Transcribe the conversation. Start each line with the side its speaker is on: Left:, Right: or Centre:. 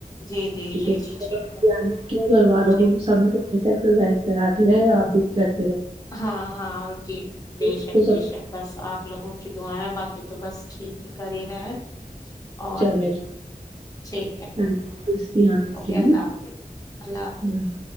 Left: جی جی
Right: ٹھیک
Left: جی
Right: ہے
Left: جی ٹھیک
Right: گھر والوں
Left: ٹھیک
Right: کو س سمے سے ایکسرسائز کراتی رہے آپ بھی سک
Left: ہاں ہاں جی بے
Right: ہے
Left: شک
Right: تو سب
Left: بے شک بس آپ لوگوں کی تویں بقی تو بس ٹھیک ہے کر ہی رہے اور
Right: چلے
Left: ٹھیک ہے
Right: اللہ حافظ، دھیان رکھیے
Left: اوکے اللہ
Right: ہے
Left: حافظ اللہ حافظ
Right: نا